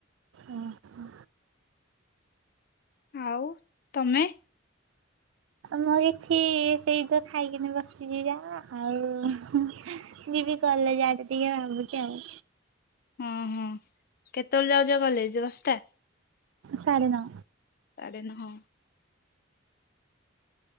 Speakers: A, on the right (about 70°); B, on the left (about 45°).
A: ଓ ହୋ
B: ଆଉ ତମେ
A: ବଇଛି ସେଇଟ ଖାଇକିନି ବସିଛି ଯା ଆଉ ଯିବି କଲେଜ ଆଡେ ଟିକେ ଭାବୁଛି ଆଉ
B: ହ ହ କେତେବେଳେ ଯାଉଛ କଲେଜ ଦଶଟା
A: ସାଢେ ନଅ
B: ସାଢେ ନହଅ